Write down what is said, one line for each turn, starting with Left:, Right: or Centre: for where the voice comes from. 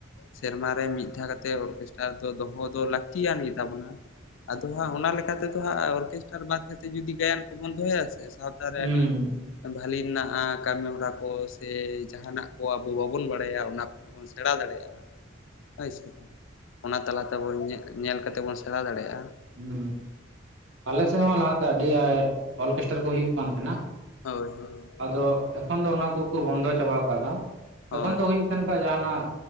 Left: ᱥᱮᱨᱢᱟᱨᱮ ᱢᱤᱫ ᱫᱷᱟᱣ ᱠᱟᱛᱮ ᱚᱨᱠᱮᱥᱴᱟᱨ ᱫᱚᱦᱚ ᱫᱚ ᱞᱟᱠ ᱛᱤᱭᱟᱱ ᱜᱮᱛᱟᱵᱚᱱᱟ ᱟᱫᱚ ᱦᱟᱸᱜ ᱚᱱᱟ ᱞᱮᱠᱟᱛᱮᱫᱚ ᱦᱟᱸᱜ ᱚᱨᱠᱮᱥᱴᱟᱨ ᱵᱟᱫ ᱠᱟᱛᱮ ᱛᱮ ᱡᱩᱫᱤ ᱜᱟᱭᱟᱱ ᱠᱚᱵᱚᱱ ᱫᱚᱦᱚᱭᱟᱥᱮ ᱥᱟᱶᱛᱟ ᱨᱮ
Right: ᱦᱩᱸ
Left: ᱟᱹᱰᱤ ᱵᱷᱟᱹᱞᱤ ᱢᱮᱱᱟᱜᱼᱟ ᱠᱟᱹᱢᱤ ᱦᱚᱨᱟ ᱠᱚ ᱥᱮ ᱡᱟᱦᱟᱸᱱᱟᱜ ᱠᱚ ᱟᱵᱚ ᱵᱟᱵᱚᱱ ᱵᱟᱲᱟᱭᱟ ᱚᱱᱟ ᱠᱚ ᱵᱚᱱ ᱥᱮᱬᱟ ᱫᱟᱲᱮᱭᱟᱜᱼᱟ ᱦᱳᱭ ᱥᱮ᱾ ᱚᱱᱟ ᱛᱟᱞᱟᱛᱮ ᱟᱵᱚ ᱧᱮᱞ ᱠᱟᱛᱮᱫ ᱵᱳᱱ ᱥᱮᱬᱟ ᱫᱟᱲᱮᱭᱟᱜᱼᱟ᱾
Right: ᱦᱩᱸ ᱟᱞᱮ ᱥᱮᱫ ᱦᱚᱸ ᱞᱟᱦᱟᱛᱮ ᱟᱹᱰᱤ ᱟᱸᱴ ᱚᱨᱠᱮᱥᱴᱟᱨ ᱠᱚ ᱦᱩᱭᱩᱜ ᱠᱟᱱ ᱛᱟᱦᱮᱸᱱᱟ᱾
Left: ᱦᱳᱭ ᱦᱳᱭ᱾
Right: ᱟᱫᱚ ᱮᱠᱷᱚᱱ ᱫᱚ ᱚᱱᱟ ᱠᱚᱠᱚ ᱵᱚᱱᱫᱚ ᱪᱟᱵᱟ ᱠᱟᱫᱟ
Left: ᱦᱳᱭ
Right: ᱮᱠᱷᱚᱱ ᱫᱚ ᱦᱩᱭᱩᱜ <unintelligible> ᱠᱚᱣᱟᱜ ᱡᱟᱦᱟᱸᱱᱟᱜ